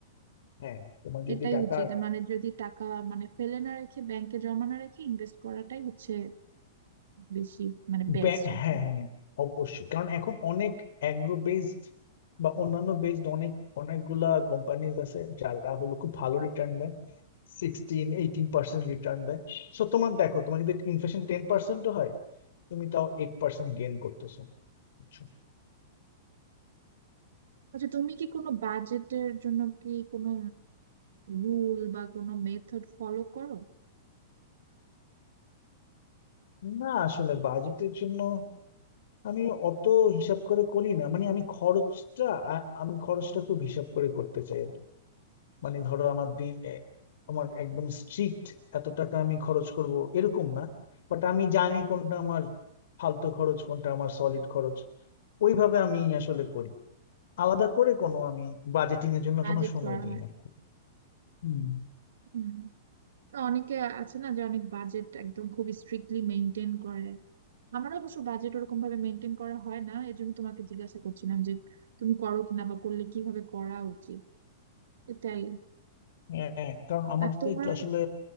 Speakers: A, on the left; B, on the right.
A: হ্যাঁ তোমার যদি
B: এটাই
A: টাকা
B: উচিত মানে যদি টাকা মানে ফেলে না রেখে ব্যাংকে জমা না রেখে ইনভেস্ট করাটাই হচ্ছে বেশি মানে বেস্ট
A: ব্যা-
B: আর
A: হ্যাঁ
B: কি
A: হ্যাঁ অবশ্যই কারণ এখন অনেক অ্যাগ্রো বেসড বা অন্যান্য বেসড অনেক অনেকগুলা কোম্পানিজ আছে যারা হলো খুব ভালো রিটার্ন দেয় সিক্সটিন এইটিন পার্সেন্ট রিটার্ন দেয় সো তোমার দেখো তোমার যদি ইনফ্লেশন টেন পার্সেন্টও হয় তুমি তাও এইট পার্সেন্ট গেইন করতেছো বুঝছো?
B: আচ্ছা তুমি কি কোনো বাজেটের জন্য কি কোনো রুল বা কোনো মেথড ফলো করো
A: না আসলে বাজেটের জন্য আমি অত হিসাব করে করি না মানে আমি খরচটা আ- আমি খরচটা খুব হিসাব করে করতে চাই মানে ধরো আমার দিন এ, আমার একদম স্ট্রিক্ট এত টাকা আমি খরচ করব এরকম না বাট আমি জানি কোনটা আমার ফালতু খরচ কোনটা আমার সলিড খরচ ওইভাবে আমি আসলে করি আলাদা করে কোনো আমি বাজেটিং এর জন্য
B: বাজেট
A: কোনো সময়
B: করা
A: দিই
B: হয়
A: না হুম
B: হুম। তো অনেকে আছে না যে অনেক বাজেট একদম খুব স্ট্রিক্টলি মেনটেন করে আমার অবশ্য বাজেট ওরকম ভাবে মেনটেন করা হয় না এই জন্য তোমাকে জিজ্ঞাসা করছিলাম যে তুমি করো কিনা বা করলে কিভাবে করা উচিত এটাই
A: হ্যাঁ কারণ আমার
B: আর তোমার
A: তো একটু আসলে